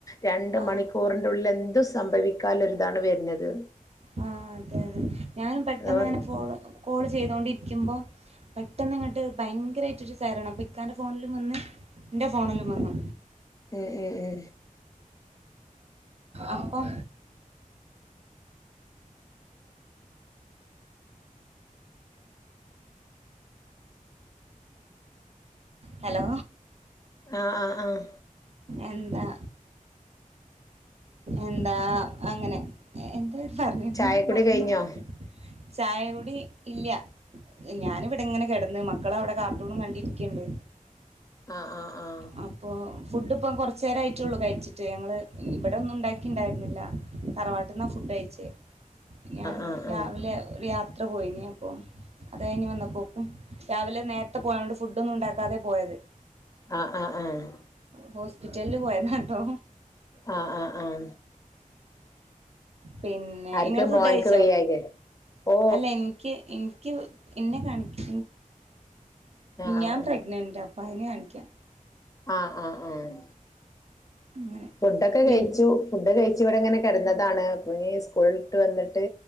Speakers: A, on the left; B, on the right.
A: രണ്ട്
B: ആ
A: മണിക്കൂറിൻ്റെ ഉള്ളിൽ എന്തും സംഭവിക്കാല്ലൊരിതാണ് വെര്ന്നത്
B: ആഹ് അതെതെ ഞാനും പെട്ടെന്ന്ങ്ങനെ
A: അതാ പറഞ്ഞെ
B: ഫോള് കോള് ചെയ്തോണ്ടിരിക്കുമ്പോ പെട്ടെന്ന് ഇങ്ങട്ട് ഭയങ്കരായിട്ട് ഒരു സൈറൺ അപ്പൊ ഇക്കാന്റെ ഫോണിലും വന്ന് ന്റെ ഫോണിലും വന്നു
A: ഉം ഉം ഉം
B: അപ്പം ഹലോ
A: ആഹ് ആഹ് ആഹ്
B: എന്താ എന്താ അങ്ങനെ എന്ത പറഞ്ഞിരുന്ന്
A: ചായക്കുടി
B: മറന്നു
A: കഴിഞ്ഞോ
B: പോയി ചായ കുടി ഇല്ല ഞാനിവിടെങ്ങനെ കെടന്ന് മക്കളവടെ കാർട്ടൂണും കണ്ടിരിക്ക്ണ്ട്
A: ആഹ് ആഹ് ആഹ്
B: ആ ഇപ്പോ ഫുഡ് ഇപ്പം കൊറച്ച് നേരായിട്ടുള്ളൂ കഴിച്ചിട്ട് ഞങ്ങള് ഇവിടോന്നും ഉണ്ടാക്കീണ്ടായിരുന്നില്ല തറവാട്ടിന്നാ ഫുഡ് കഴിച്ചേ ഞാനിന്ന്
A: ആഹ് ആഹ്
B: രാവിലെ
A: ആഹ്
B: ഒരു യാത്ര പോയിന്നെ അപ്പൊ അത് കഴിഞ്ഞ് വന്നപോക്കും രാവിലെ നേരത്തെ പോയതൊണ്ട് ഫുഡ്ന്നും ണ്ടാക്കാതെ പോയത്
A: ആഹ് ആഹ് ആഹ്
B: ഹോസ്പിറ്റലില് പോയതാട്ടോ
A: ആഹ് ആഹ് ആഹ്
B: പിന്നെ
A: ആർക്ക്
B: നിങ്ങള് ഫുഡ്
A: മോൻക്ക്
B: കഴിച്ചോ?
A: വയ്യായികേ ഓ
B: അല്ല എനിക്ക് എനിക്ക് എന്നെ കാണിക്ക
A: ആഹ്
B: ഞാൻ
A: ആഹ്
B: പ്രഗ്നൻ്റാ വയറിനെ കാണിക്കാൻ
A: ആഹ് ആഹ് ആഹ്
B: അങ്ങനെ
A: ഫുഡൊക്കെ
B: പിൻ
A: കഴിച്ചു ഫുഡ് കഴിച്ചു ഇവിടെ ഇങ്ങനെ കിടന്നതാണ് അപ്പൊ ഇ സ്കൂളട്ട് വന്നിട്ട്